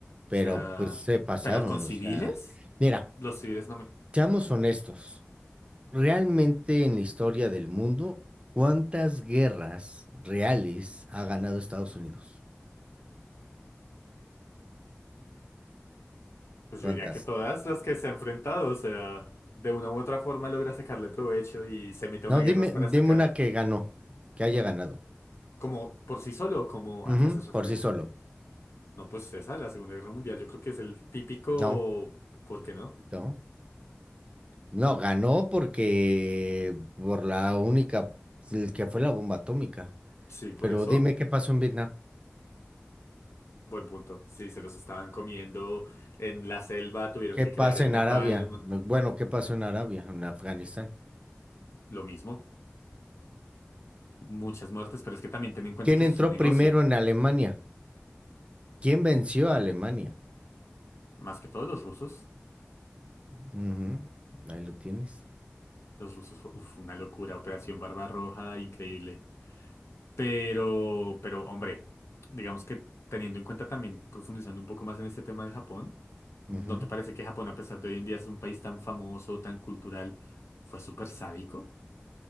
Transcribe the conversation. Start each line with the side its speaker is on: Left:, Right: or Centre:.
Right: Pero
Left: O sea,
Right: pues se pasaron,
Left: ¿pero con civiles?
Right: o sea, mira,
Left: Los civiles no me...
Right: seamos honestos. Realmente en la historia del mundo, ¿cuántas guerras reales ha ganado Estados Unidos?
Left: Pues
Right: ¿Cuántas?
Left: yo diría que todas las que se ha enfrentado, o sea, de una u otra forma logra sacarle provecho y se mete a
Right: No,
Left: una guerra
Right: dime,
Left: es para
Right: dime
Left: sacar,
Right: una que ganó, que haya ganado.
Left: como por sí solo, como
Right: Ujú,
Left: a qué haces referencia.
Right: por sí solo.
Left: No, pues esa, la Segunda Guerra Mundial, yo creo que es el típico,
Right: No,
Left: ¿por qué no?
Right: no. No, ganó porque por la única, el que fue la bomba atómica.
Left: Sí, por
Right: Pero
Left: eso.
Right: dime qué pasó en Vietnam,
Left: Buen punto. Sí, se los estaban comiendo en la selva, tuvieron
Right: qué
Left: que
Right: pasa
Left: crear el
Right: en
Left: napalm,
Right: Arabia. Bueno, ¿qué pasó en Arabia, en Afganistán?
Left: lo mismo. Muchas muertes, pero es que también ten en cuenta
Right: ¿Quién
Left: que
Right: entró
Left: eso es un negocio.
Right: primero en Alemania? ¿Quién venció a Alemania?
Left: Más que todos los rusos.
Right: Ujú, ahí lo tienes.
Left: Los rusos fue uf, una locura, Operación Barbarroja, increíble. Pero, pero, hombre, digamos que teniendo en cuenta también, profundizando un poco más en este tema de Japón,
Right: Ujú.
Left: ¿no te parece que Japón, a pesar de hoy en día es un país tan famoso, tan cultural, fue súper sádico?